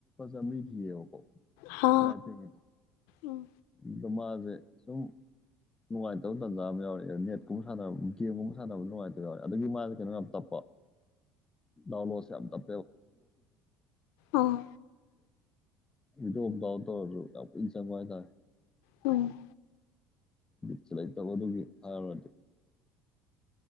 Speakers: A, on the left; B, on the left.
A: ꯄ ꯃꯤꯃꯤ ꯊ ꯀꯣ
B: ꯍꯥ
A: ꯂꯗ ꯎ
B: ꯎꯝ
A: ꯑꯗꯣ ꯃꯥꯁꯦ ꯁꯨꯝ ꯅꯨꯡꯉꯥꯏꯇꯕ ꯇꯥꯟꯖꯥ ꯑꯃ ꯌꯥꯎꯔꯑꯦ ꯅꯦꯠꯀꯨꯝꯕ ꯁꯥꯟꯅꯕ ꯒꯦꯝꯒꯨꯝꯕ ꯁꯥꯟꯅꯕꯗ ꯅꯨꯡꯉꯥꯏꯇꯕ ꯌꯥꯎꯔꯦ ꯑ ꯑꯗꯨꯗꯒꯤ ꯃꯥꯁꯦ ꯀꯩꯅꯣ ꯌꯥꯝ ꯇꯞꯄ ꯅꯅꯣ ꯑ ꯇꯦ ꯑꯤ
B: ꯑꯥ
A: ꯊꯤꯣ ꯑ ꯄꯨꯁꯪ ꯍꯣꯏꯗ
B: ꯎꯝ
A: ꯆ ꯂꯩ ꯇꯈ ꯇ ꯐꯔ